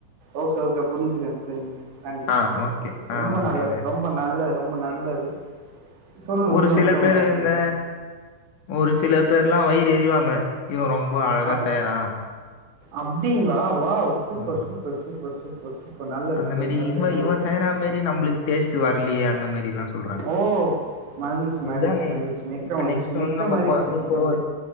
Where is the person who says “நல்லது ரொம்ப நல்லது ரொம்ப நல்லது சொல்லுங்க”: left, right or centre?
Right